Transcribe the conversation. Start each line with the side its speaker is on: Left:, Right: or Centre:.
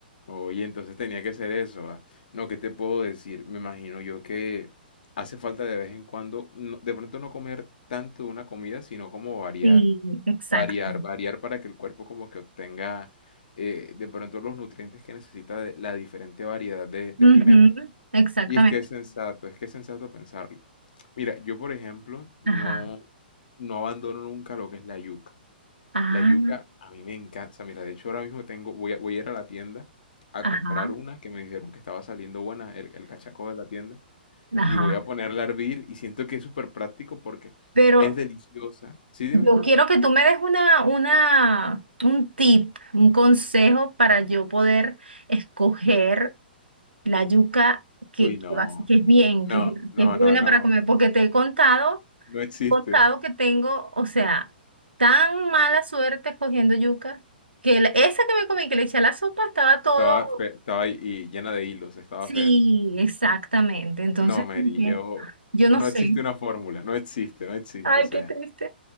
Left: Oye, entonces tenía que ser eso. ah. No, ¿qué te puedo decir? Me imagino yo que hace falta de vez en cuando, no- de pronto no comer tanto de una comida, sino como variar.
Right: Sí, exacto.
Left: Variar, variar para que el cuerpo como que obtenga eh, de pronto los nutrientes que necesita de la diferente variedad de, de
Right: Ujú,
Left: alimentos.
Right: exactamente.
Left: Y es que es sensato, es que es sensato pensarlo. Mira, yo por ejemplo no,
Right: Ajá.
Left: no abandono nunca lo que es la yuca.
Right: Ah,
Left: La yuca a mí me encanta. O sea, mira, de hecho ahora mismo tengo, voy a, voy a ir a la tienda a
Right: ajá,
Left: comprar una que me dijeron que estaba saliendo buena, el, el cachaco de la tienda,
Right: ajá.
Left: y voy a ponerla a hervir y siento que es súper práctico porque
Right: Pero
Left: es deliciosa. ¿Sí, dime?
Right: yo quiero que tú me des una, una, un tip, un consejo para yo poder escoger. la yuca que,
Left: Uy, no,
Right: que, va- que es bien,
Left: no,
Right: que,
Left: no,
Right: que es buena
Left: no, no,
Right: para comer, porque te he contado,
Left: no existe.
Right: contado que tengo, o sea, tan mala suerte escogiendo yuca, que la- esa que me comí, que le eché a la sopa, estaba todo,
Left: Estaba, fe- estaba ahí y llena de hilos, estaba
Right: sí,
Left: fea.
Right: exactamente, entonces,
Left: No, Mary,
Right: como que,
Left: yo...
Right: yo no
Left: No
Right: sé.
Left: existe una fórmula, no existe, no existe.
Right: Ay,
Left: O sea,
Right: qué triste.